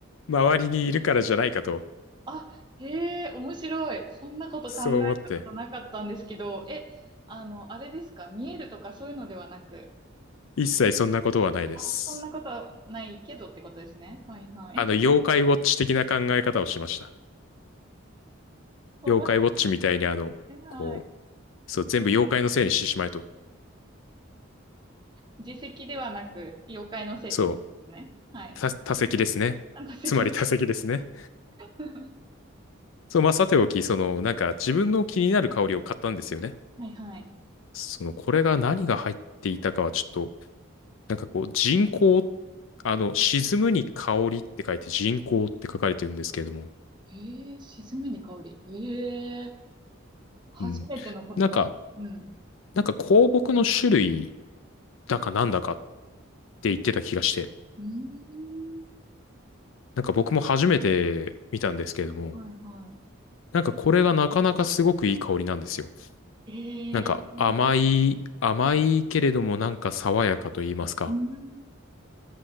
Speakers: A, on the left; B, on the right.
A: 周りにいるからじゃないかと、
B: あ、へえ、面白い。そんなこと考えたことなかったんですけど、
A: そう思って、
B: え、あの、あれですか見えるとかそういうのではなく、
A: 一切そんなことはないです。
B: あ、そんなことはないけどってことですね。はいはい。
A: あの、妖怪ウォッチ的な考え方をしました。
B: <laughs>
A: 妖怪ウォッチみたいにあの、
B: 面白い。はい。
A: こう、そう、全部妖怪のせいにしてしまえと。
B: 自責ではなく、妖怪のせいってことですね。
A: そう、
B: はい。
A: た、多席ですね。
B: あ、打席です。
A: つまり多席ですね。
B: <laughs>
A: そう、まあ、さておき、その、なんか自分の気になる香りを買ったんですよね。
B: はいはい。
A: その、これが何が入っていたかはちょっとなんかこう、人工、あの、沈むに香りって書いて人工って書かれてるんですけれども、
B: ええー沈めに香り。ええー初めての言葉。
A: うん。なんか、
B: うん。
A: なんか香木の種類だかなんだかって言ってた気がして、
B: うーん。
A: なんか僕も初めて見たんですけれども、
B: はいはい。
A: なんかこれがなかなかすごくいい香りなんですよ。
B: ええー
A: なんか甘い、甘いけれどもなんか爽やかと言いますか。
B: うーん。